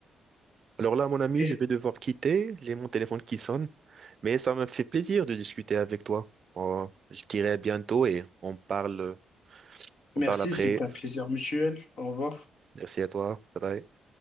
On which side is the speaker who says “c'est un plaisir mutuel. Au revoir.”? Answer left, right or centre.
Left